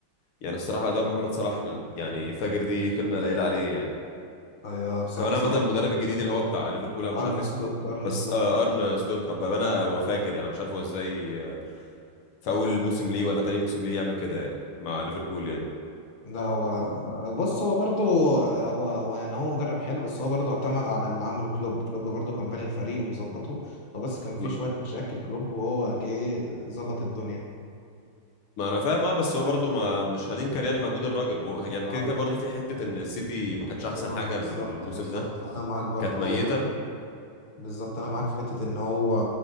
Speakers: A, on the left (about 80°); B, on the left (about 55°).
A: يعني الصراحه ده محمد صلاح يعني فجر دي كلمه قليله عليه يعني
B: ايوه بصراحة
A: كمان
B: صلاح
A: عامة المدرب الجديد اللي هو بتاع ليفربول انا مش
B: ارن
A: عارف اسمه
B: سلوت ارن
A: بس
B: سلوت
A: آه، ارن سلوت ابقى انا هو فاجر يعني أنا مش عارف هو ازاي آه، في اول موسم ليه ولا تاني موسم ليه يعمل كده يعني مع ليفربول يعني
B: لا هو بص هو برضه هو هو يعني هو مدرب حلو بس هو برضه اعتمد على اللي عمله كلوب كلوب برضه كان باني الفريق ومظبطه هو بس كان فيه
A: ما,
B: شوية مشاكل كلوب وهو جه ظبط الدنيا
A: ما انا فاهم اه بس هو برضو ما مش هننكر يعني مجهود الراجل و- يعني
B: اه
A: كده كده برضو في حتة ان السيتي ما كانتش احسن
B: هو
A: حاجة
B: بالظبط
A: الموسم
B: بالظبط
A: ده
B: انا معاك برضه
A: كانت ميتة
B: هو بالظبط انا معاك في حته ان هو